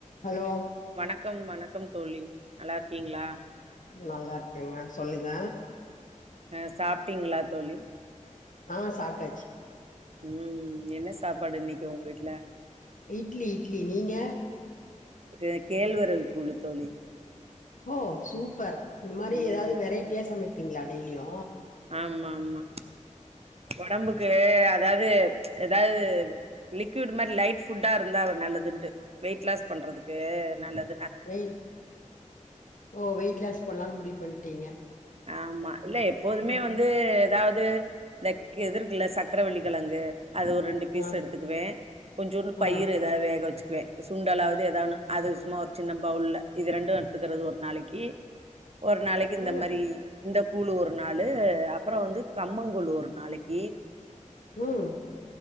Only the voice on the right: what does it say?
வணக் கம் வணக்கம் தோழி நல்லாருக்கீங்ளா
அ சாப்டீங்ளா தோழி
ம் என்ன சாப்பாடு இன்னைக் ஒங்க வீட்ல
கு கேழ்வரவு கூலு தோழி
ம்
ஆம்மா ஆம்மா ஒடம்புக்கு அதாவது ஏதாவது லிக்விடு மாரி லைட் புஃட்டாருந்தா நல்லதுன்டு வெயிட் லாஸ் பண்றதுக்கு அ நல்லத்
ஆம்மா இல்ல எப்போதுமே
வந்து எதாவ் து இந்தக் எதிர்க்குல சக்கரவளி கெழங்கு அது ஒரு ரெண்டு பீஸ்
எடுத்துகுக்வே கொஞ்சூண்டுப் பயிரு
ஏதாவ் வேக வச்சிக்வே சுண்டலாவது எதா ஒன்னு அது சும்மா ஒரு சின்ன பஃவுல்ல இது ரெண்டு எடுத்துக்கிறது ஒரு நாளக்கி ஒரு நாளைக்கி இந்த
மாரி இந்த கூலு ஒரு நாளு அப்ற வந்து கம்பங் கூல் ஒரு நாளைக்கி